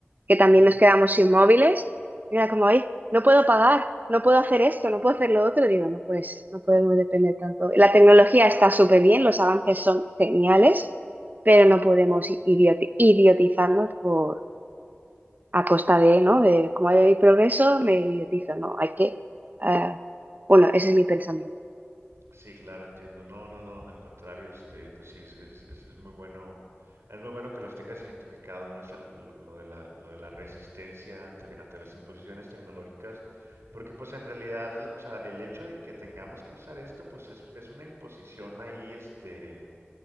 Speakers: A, on the right (about 40°); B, on the right (about 80°).
A: que también
B: ujú.
A: nos quedamos inmóviles, y era como, ay, no puedo pagar, no puedo hacer esto, no puedo hacer lo otro, y digo, no puede ser, no podemos depender tanto. La tecnología está súper bien, los avances son geniales, pero no podemos idioti- idiotizarnos por... a costa de, ¿no? De como hay progreso, me idiotizo, no, hay que... ah, bueno, ese es mi pensamiento.
B: Sí, claro, entiendo. No, no, no, al contrario, este, pues sí, es, es, es- es muy bueno, es muy bueno que los tengas identificado, ¿no? Es al- lo, lo de la, lo de la resistencia ante, ante las imposiciones tecnológicas, porque pues en realidad, la- o sea, el hecho de que tengamos que usar esto, pues es, es una imposición ahí, este,